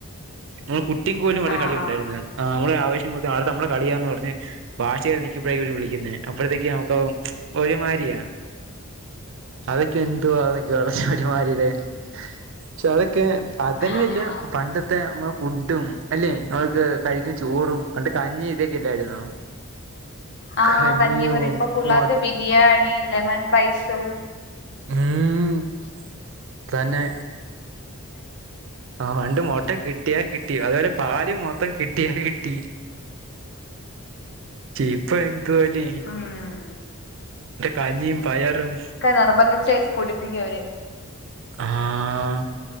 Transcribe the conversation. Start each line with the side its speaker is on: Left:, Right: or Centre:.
Right: നമ്മൾ കുട്ടിക്ക് കോലും പറഞ്ഞ
Left: ആഹ്
Right: കളിണ്ടായിരുന്നു
Left: ആഹ്
Right: നമ്മള് ആവശം കൊടു ആ നമ്മളെ കളിയാന്ന് പറഞ്ഞ വാശി കേറി നിക്കുമ്പോഴാ വിളിക്കുന്നേ അപ്പഴത്തേക്ക് നമുക്ക് ഒരുമാതിരിയാ അതക്കെ എന്തുവാ <unintelligible> പക്ഷെ അതൊക്കെ അതന്നെയ
Left: ആഹ്
Right: വല്ല പണ്ടത്തെ നമ്മളുടെ ഫുഡും അല്ലേ നമ്മക്ക് കഴിക്കുന്ന ചോറും കഞ്ഞി ഇതൊക്കെല്ലായിരുന്നു
Left: ആഹ്
Right: കഞ്ഞിയോ
Left: കഞ്ഞിപറി ഇപ്പൊ പിള്ളേർക്ക്
Right: മൊ
Left: ബിരിയാണി ലെമൻ റൈസ്
Right: ഉം
Left: മം
Right: തന്നെ ആ പണ്ട് മോട്ട കിട്ടിയാ കിട്ടിയ അതുപോലെ പാല് മൊത്തം കിട്ടിയാ കിട്ടി ഇപ്പ എന്തുവല്ലേ
Left: ഉം
Right: കഞ്ഞിയും പയറും
Left: നിർബന്ധിപ്പിച്ച് കുടിപ്പിക്ക അവര്
Right: ആഹ്